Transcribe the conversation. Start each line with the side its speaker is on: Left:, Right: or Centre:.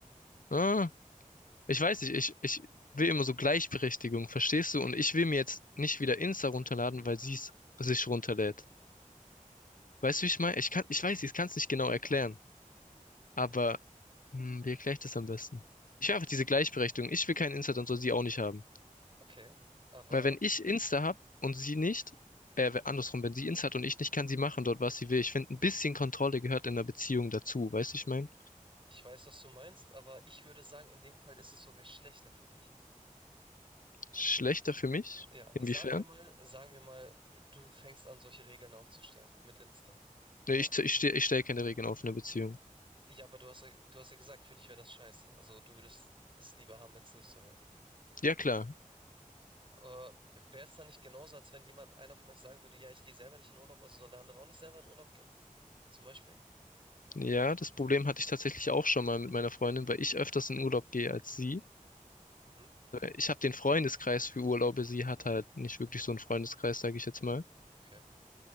Left: Ah, ich weiß nicht, ich, ich will immer so Gleichberechtigung, verstehst du? Und ich will mir jetzt nicht wieder Insta runterladen, weil sie es sich runterlädt. Weißt du, wie ich meine? Ich kann, ich weiß, ich kann es nicht genau erklären. Aber hm, wie erkläre ich das am besten? Ich will einfach diese Gleichberechtigung. Ich will kein Insta, dann soll sie auch nicht haben.
Right: Okay, aber
Left: Weil wenn ich Insta hab und sie nicht, äh, wenn- andersrum, wenn sie Insta hat und ich nicht, kann sie machen dort, was sie will. Ich finde, ein bisschen Kontrolle gehört in einer Beziehung dazu. Weißt du, wie ich meine?
Right: Ich weiß, was du meinst, aber ich würde sagen, in dem Fall ist es sogar schlechter für dich.
Left: Schlechter für mich?
Right: Ja,
Left: Inwiefern?
Right: sagen wir mal, sagen wir mal, du fängst an, solche Regeln aufzustellen mit Insta. So.
Left: Nee, ich, ich, steh- ich stelle keine Regeln auf in einer Beziehung.
Right: Ja, aber du hast ja, du hast ja gesagt, für dich wäre das scheiße. Also du würdest es lieber haben, wenn es nicht so wäre.
Left: Ja, klar.
Right: Aber wäre es dann nicht genauso, als wenn jemand, einer von euch sagen würde, ja, ich gehe selber nicht in Urlaub, also soll der andere auch nicht selber in Urlaub gehen? Zum Beispiel?
Left: Ja, das Problem hatte ich tatsächlich auch schon mal mit meiner Freundin, weil ich öfters in Urlaub gehe als sie.
Right: Mhm,
Left: Ich habe den Freundeskreis für Urlaube, sie hat halt nicht wirklich so einen Freundeskreis, sage ich jetzt mal.
Right: okay.